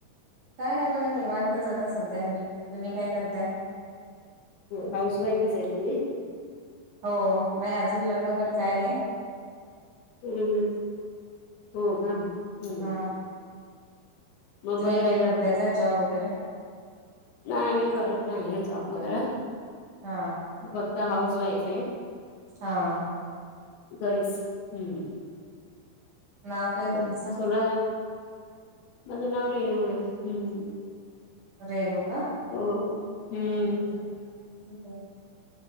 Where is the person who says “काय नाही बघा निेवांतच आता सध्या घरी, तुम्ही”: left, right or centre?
Right